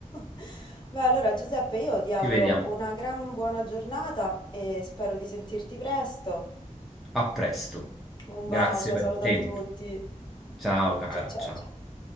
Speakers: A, on the left (about 35°); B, in the centre.
A: <laughs> Beh, allora Giuseppe, io ti auguro
B: Ci vediamo.
A: una gran buona giornata e spero di sentirti presto.
B: A presto.
A: Un
B: Grazie
A: bacio,
B: per
A: salutami
B: il tempo.
A: tutti.
B: Ciao cara,
A: Ciao ciao
B: ciao.
A: ciao.